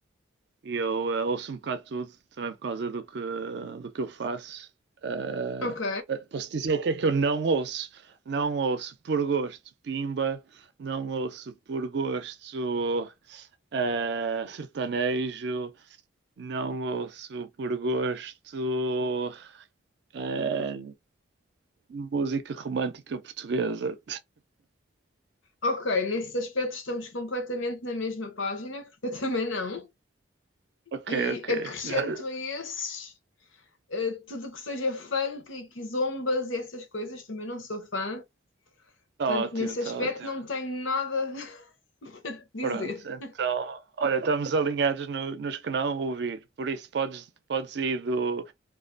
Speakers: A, on the right; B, on the left.
A: eu eh, ouço um bocado tudo, também por causa do que, do que eu faço. Ah,
B: Ok.
A: eh, posso dizer o que é que eu não ouço? Não ouço por gosto Pimba, não ouço por gosto ah, sertanejo, não ouço por gosto ah, música romântica portuguesa. <laughs>
B: Ok, nesse aspecto estamos completamente na mesma página, <laughs> porque eu também não.
A: Ok,
B: E
A: ok.
B: acrescento
A: Está
B: a esses, eh, tudo o que seja funk e quizombas e essas coisas, também não sou fã.
A: ótimo,
B: Portanto, nesse
A: está
B: aspecto
A: ótimo.
B: não tenho nada <laughs> a dizer.
A: Pronto, então, olha, estamos alinhados no- nos que não ouvir. Por isso, podes, podes ir do,